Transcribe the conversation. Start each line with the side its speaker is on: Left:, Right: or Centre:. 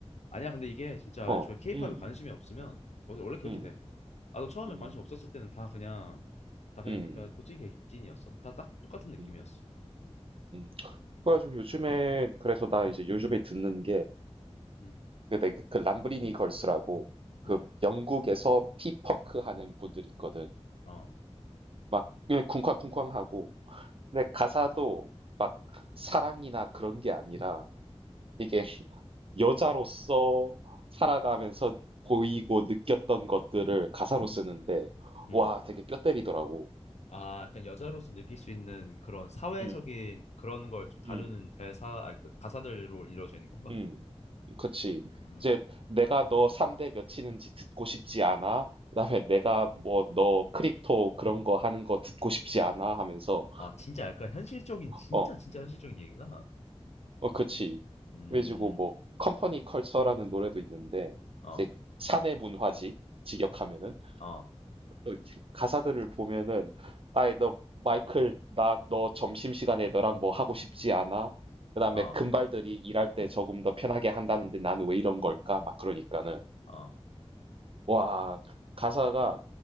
Left: 아니야 근데 이게 진짜
Right: 어,
Left: 애초에 케이팝에
Right: 음,
Left: 관심이 없으면 원래 원래 그렇게
Right: 음,
Left: 돼. 나도 처음에
Right: 음,
Left: 관심 없었을 때는 다 그냥 다 그냥
Right: 음,
Left: 그냥 도찐 객찐이었어. 다 딱 똑같은 느낌이었어.
Right: 음, 음. 그래가지고 요즘에 그래서 나 이제 요즘에 듣는
Left: 음,
Right: 게그그 람브리니 걸스라고 그
Left: 음,
Right: 영국에서 피펑크 하는 분들이 있거든.
Left: 어,
Right: 막 그냥 쿵쾅쿵쾅하고 근데 가사도 막 사랑이나 그런 게 아니라 이게 여자로서 살아가면서 보이고 느꼈던 것들을 가사로 쓰는데
Left: 음.
Right: 와 되게 뼈 때리더라고.
Left: 아, 약간 여자로서 느낄 수 있는 그런 사회적인
Right: 음,
Left: 그런 걸 좀 다루는
Right: 음,
Left: 대사, 아, 그 가사들로 이루어져 있는 건가?
Right: 음. 그치.
Left: 음.
Right: 이제 내가 너 3대 몇이는지 듣고 싶지 않아. 그다음에 내가 뭐 너 크립토 그런 거 하는 거 듣고 싶지 않아 하면서
Left: 아, 진짜 약간 현실적인, 진짜
Right: 어,
Left: 진짜 현실적인 얘기구나.
Right: 어, 그치.
Left: 음,
Right: 그래가지고 뭐 컴퍼니 컬처라는 노래도 있는데
Left: 어,
Right: 이제 사내 문화지 직역하면은
Left: 어,
Right: 또 가사들을 보면은 아이 너 마이클 나 너 점심시간에 너랑 뭐 하고 싶지 않아? 그다음에
Left: 어,
Right: 금발들이 일할 때 조금 더 편하게 한다는데 나는 왜 이런 걸까? 막 그러니까는
Left: 어,
Right: 와 가사가